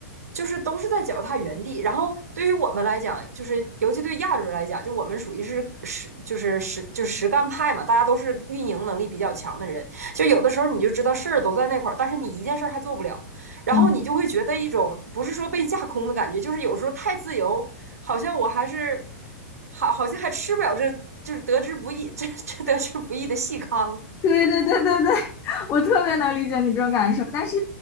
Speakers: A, on the right; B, on the left.
A: 就是都是在脚踏原地，然后对于我们来讲，就是尤其对亚洲人来讲，就我们属于是实就是实就是实干派嘛，大家都是运营能力比较强的人，就有的时候你就知道事儿都在那块儿，但是你一件事儿还做不了，然后你就会觉得一种不是说被架空的感觉，
B: 嗯，
A: 就是有时候太自由，好像我还是。好好像还吃不了这，就是得之不易，这这得之不易的细糠。
B: 对对对对对，<laughs> 我特别能理解你这种感受，但是